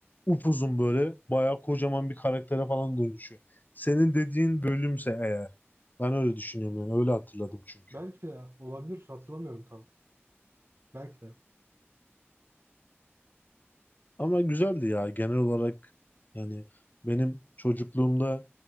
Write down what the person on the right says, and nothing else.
Belki de olabilir. Hatırlamıyorum tam. Belki de.